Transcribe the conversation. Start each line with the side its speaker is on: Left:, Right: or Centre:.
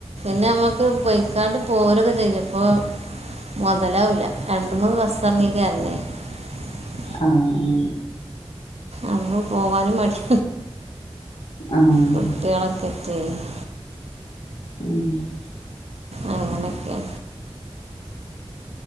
Right: പിന്നെ നമ്മക്ക് ബൈക്കാട്ട പോരൊക്കെ ചെയ്യുംപ്പോ മുതലാവില്ല രണ്ട മൂന്നിസം തർക്കിക്കാറില്ലേ <unintelligible>
Left: ആ ഉ
Right: അങ്ങെ പോവാനും മടി
Left: ആഹ്
Right: കുട്ടികളൊക്കെ <unintelligible>
Left: ഉം <unintelligible>
Right: അങ്ങനെയൊക്കെയ